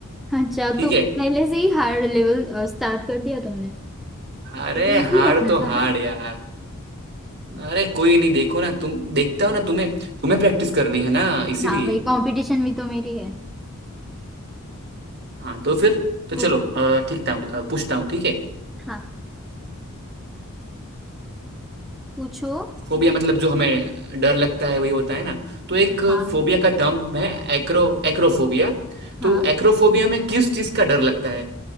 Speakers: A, in the centre; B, on the right.
A: अच्छा
B: ठीक
A: तो
B: है
A: पहले से ही हार्ड लेवल स्टार्ट कर दिया तुमने
B: अरे
A: पहले इजी
B: हार
A: रखना
B: तो
A: था
B: हार
A: ना
B: यार अरे कोई नहीं देखो ना तुम देखता हो ना तुम्हें तुम्हें प्रैक्टिस करनी है ना इसीलिए
A: हाँ भाई कंपटीशन भी तो मेरी है
B: हाँ तो फिर तो
A: ओ
B: चलो अ, ठीक था अ, पूछता हूँ ठीक है
A: हाँ पूछो
B: फोबिया मतलब जो हमें डर लगता है वही होता है ना तो एक
A: हाँ
B: फोबिया का टर्म है एक्रो एक्रोफोबिया
A: हाँ
B: तो एक्रोफोबिया में किस चीज का डर लगता है